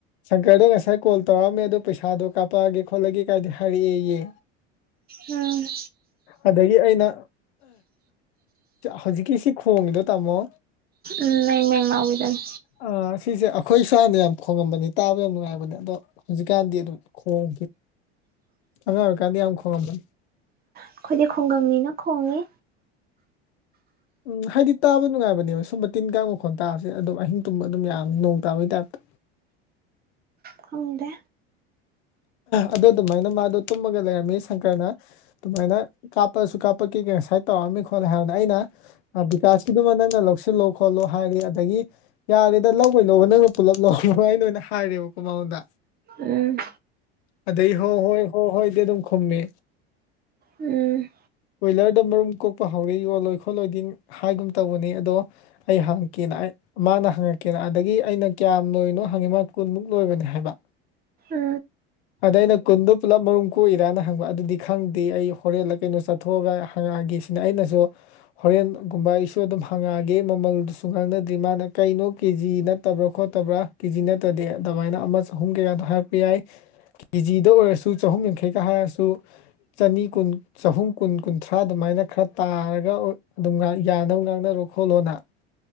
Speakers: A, on the left; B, on the right.
A: ꯑꯪꯀꯔꯗꯣ ꯉꯁꯥꯏ ꯀꯣꯜꯧꯔꯑꯝꯃꯦ ꯑꯣ ꯄꯩꯁꯥꯗꯣ ꯀꯥꯞꯄꯛꯑꯒꯦ ꯈꯣꯠꯂꯒꯦ ꯀꯥꯏꯗꯤ ꯍꯥꯏꯔꯛꯑꯦ ꯌꯦ
B: ꯎꯝ
A: ꯑꯗꯒꯤ ꯑꯩꯅ ꯍꯧꯖꯤꯛꯀꯤ ꯁꯤ ꯈꯣꯡꯉꯤꯗꯣ ꯇꯥꯃꯣ
B: ꯎꯝ ꯍ ꯃꯦꯡ ꯃꯥꯎꯗꯅꯤ
A: ꯑꯥ ꯁꯤꯁꯦ ꯑꯩꯈꯣꯏ ꯏꯁꯋꯥꯥꯏꯅ ꯌꯥꯝ ꯈꯣꯡꯉꯝꯕꯅꯤ ꯇꯥꯕ ꯌꯥꯝ ꯅꯨꯡꯉꯥꯏꯕꯅꯦ ꯑꯗꯣ ꯍꯧꯖꯤꯛ ꯀꯥꯟꯗꯤꯔ ꯈꯣꯡ ꯑꯔ ꯀꯥꯟꯗ ꯑ ꯑꯃꯨ ꯈꯣꯡꯉꯝꯅꯤ
B: ꯑꯩꯈꯣꯏꯗꯤ ꯈꯨꯡꯒꯪꯅꯤꯅ ꯈꯣꯡꯉꯦ
A: ꯎꯝ ꯍꯥꯏꯗꯤ ꯇꯥꯕ ꯅꯨꯡꯉꯥꯏꯕꯅꯦꯕ ꯁꯨꯝꯕ ꯇꯤꯟ ꯀꯥꯡ ꯃꯈꯣꯟ ꯇꯥꯕꯁꯦ ꯑꯗꯨꯝ ꯑꯍꯤꯡ ꯇꯨꯝꯕ ꯑꯗꯨꯝ ꯌꯥꯝ ꯅꯣꯡ ꯇꯥꯕꯒꯤ ꯇꯥꯏꯞꯇ
B: ꯈꯨꯝꯗꯦ
A: ꯑꯗꯨ ꯑꯗꯨꯃꯥꯏꯅ ꯃꯥꯗꯣ ꯇꯨꯝꯃꯒ ꯂꯩꯔꯝꯃꯤ ꯁꯪꯀꯔꯅ ꯑꯗꯨꯃꯥꯏꯅ ꯀꯥꯞꯄꯁꯨ ꯀꯥꯞꯄ ꯀ ꯀ ꯉꯁꯥꯏ ꯇꯧꯔꯝꯃꯤ ꯈꯣꯠꯂꯦ ꯍꯥꯏꯕꯅ ꯑꯩꯅ ꯕꯤꯀꯥꯁꯀꯤꯗꯨꯃ ꯅꯪꯅ ꯂꯧꯁꯤꯜꯂꯣ ꯈꯣꯠꯂꯣ ꯍꯥꯏꯔꯤ ꯑꯗꯒꯤ ꯌꯥꯔꯦꯗ ꯂꯧꯕꯣꯏꯩꯅꯣꯧꯕ ꯅꯪꯅ ꯄꯨꯂꯞ ꯂꯧ ꯑꯩꯅ ꯑꯣꯏꯅ ꯍꯥꯏꯔꯦꯕꯀꯣ ꯃꯉꯣꯟꯗ
B: ꯎꯝ
A: ꯑꯗꯩ ꯍꯣꯏ ꯍꯣꯏ ꯍꯣꯏ ꯍꯣꯏꯗꯤ ꯑꯗꯨꯝ ꯈꯨꯝꯃꯤ
B: ꯎꯝ
A: ꯕꯣꯏꯂꯔꯗ ꯃꯔꯨꯝ ꯀꯣꯛꯄ ꯍꯧꯔ ꯌꯣꯠꯂꯣꯏ ꯈꯣꯠꯂꯣꯏꯗꯤ ꯍꯥꯏꯒꯨꯝ ꯇꯧꯕꯅꯤ ꯑꯗꯣ ꯑꯩ ꯍꯪ ꯀꯦꯅ ꯃꯥꯅ ꯍꯪꯉꯛꯀꯦꯅ ꯑꯗꯒꯤ ꯑꯩꯅ ꯀꯌꯥꯝ ꯂꯣꯏꯔꯤꯅꯣ ꯍꯪꯉꯤ ꯃꯥ ꯀꯨꯟꯃꯨꯛ ꯂꯣꯏꯕꯅꯤ ꯍꯥꯏꯕ
B: ꯎꯝ
A: ꯑꯗ ꯑꯩꯅ ꯀꯨꯟꯗꯣ ꯄꯨꯜꯂꯞ ꯃꯔꯨꯝ ꯀꯣꯛꯏꯔꯥꯅ ꯍꯪꯕ ꯑꯗꯨꯗꯤ ꯈꯪꯗꯦ ꯑꯩ ꯍꯣꯔꯦꯟꯂ ꯀꯩꯅꯣ ꯆꯠꯄ ꯄꯨꯊꯣꯛꯑꯒ ꯍꯪꯉꯛꯑꯒꯤꯁꯤꯅ ꯑꯩꯅꯁꯨ ꯍꯣꯔꯦꯟꯒꯨꯝꯕ ꯑꯩꯁꯨ ꯑꯗꯨꯝ ꯍꯪꯉꯛꯑꯒꯦ ꯃꯃꯜꯗꯨꯁꯨ ꯉꯥꯡꯅꯗ꯭ꯔꯤ ꯃꯥꯅ ꯀꯩꯅꯣ ꯀꯦ ꯖꯤ ꯅ ꯐꯠꯇꯕ꯭ꯔꯥ ꯈꯣꯠꯇꯕ꯭ꯔꯥ ꯀꯦꯖꯤ ꯅꯠꯇ꯭ꯔꯗꯤ ꯑꯗꯨꯃꯥꯏꯅ ꯑꯃ ꯆꯍꯨꯝ ꯀꯌꯥꯀꯗꯣ ꯍꯥꯏꯔꯛꯄ ꯌꯥꯏ ꯀꯦꯖꯤꯗ ꯑꯣꯏꯔꯁꯨ ꯆꯍꯨꯝ ꯌꯥꯡꯈꯩꯒ ꯍꯥꯏꯔꯁꯨ ꯆꯅꯤ ꯀꯨꯟ ꯆꯍꯨꯝ ꯀꯨꯟ ꯀꯨꯟꯊ꯭ꯔꯥ ꯑꯗꯨꯃꯥꯏꯅ ꯈꯔ ꯇꯥꯔꯒ ꯑꯗꯨꯝ ꯌꯥꯅꯕ ꯉꯥꯡꯅꯔꯨ ꯈꯣꯠꯂꯣꯅ ꯎ